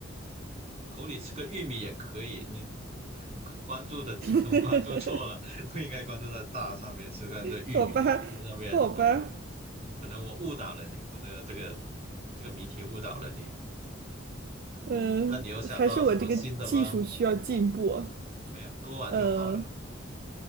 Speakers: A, on the right; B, on the right.
A: 口里吃个玉米也可以。你关注的地方关注错了，
B: <laughs>
A: 不应该关注在大上面，是关这玉米那个玉上面，
B: 好吧，好吧，
A: 好吧？可能我误导了你，我的这个这个谜题误导了你。嗯，
B: 嗯，
A: 那你有想到什么新的吗？
B: 还是我这个技术需要进步，
A: 没有，多玩就好了。
B: 呃，